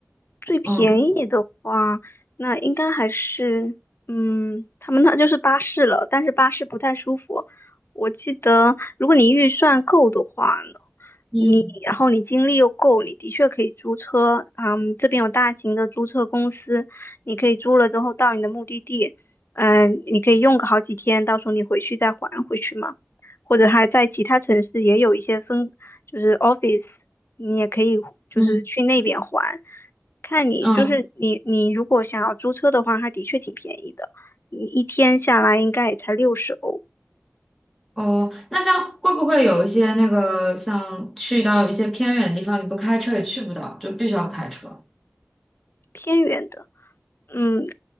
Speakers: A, on the left; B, in the centre.
A: 最便宜的话，
B: 嗯
A: 那应该还是，嗯，他们那就是巴士了，但是巴士不太舒服。我记得，如果你预算够的话呢，
B: 嗯
A: 你然后你精力又够，你的确可以租车。嗯，这边有大型的租车公司，你可以租了之后到你的目的地，嗯，你可以用个好几天，到时候你回去再还回去嘛。或者还在其他城市也有一些分，就是 office，你也可以就是去那边还。
B: 嗯，
A: 看你就是你你如果想要租车的话，
B: 嗯
A: 它的确挺便宜的，你一天下来应该也才六十欧，
B: 哦，那像会不会有一些那个像去到一些偏远的地方，你不开车也去不到，就必须要开车？
A: 偏远的。嗯，